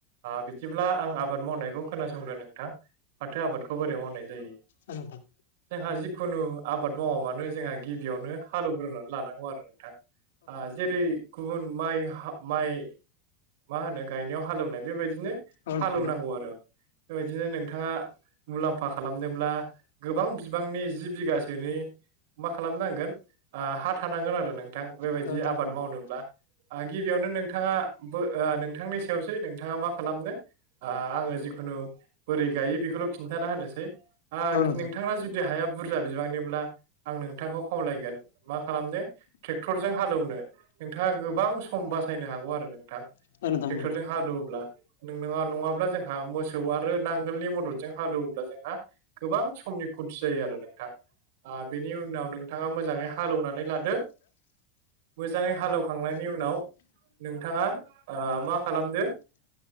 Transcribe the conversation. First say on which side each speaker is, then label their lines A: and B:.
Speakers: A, on the right; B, on the left.
A: बिदिब्ला आं आबाद मावनायखौ खोनासंदो नोंथां माथो आबादखौ बोरै मावनाय जायो।
B: आंथा
A: जोंहा जिखुनु आबाद मावा मानो जोंहा गिबियावनो हालेवग्रोनानै लानांगौ आरो नोंथां। जेरै गुबुन माइ माइ मा होनो गायनायाव हालेवनाय बेबायदिनो
B: औ नोंथां
A: हालौवनांगौ आरो बेबायदिनो नोंथाङा मुलाम्फा खालामनोब्ला गोबां बिबांनि जि बिगासोनि मा खालामनांगोन हा थानांगोन आरो नों नोंथां बेबायदि
B: औ नोंथां
A: आबाद
B: औ
A: मावनोब्ला गिबियावनो नोंथाङा नोंथांनि सायावसै नोंथाङा मा खालामनो ओ आङो जिखुनु बोरै गायो बेखौल' खिन्थाना होनोसै
B: नोंथां औ नोंथां
A: नोंथाङा जुदि जुदि हाया बुरजा बिबांनिब्ला आं नोंथांखौ खावलायगोन मा खालामनो ट्रेक्टरजों हालेवनो नोंथाङा गोबां सम बासायनो हागौ आरो नोंथां
B: औ नोंथां
A: ट्रेक्टरजों
B: औ
A: हादौब्ला नोंङा नङाब्ला जोंहा मोसौ आरो नांगोलनि मददजों हालेवोब्ला जोंहा गोबां समनि खुरथि जायो आरो नोंथां बेनि उनाव नों नोंथाङा मोजाङै हालेवनानै लादो मोजाङै हालेवखांनायनि उनाव नोंथाङा मा ओ खालामदो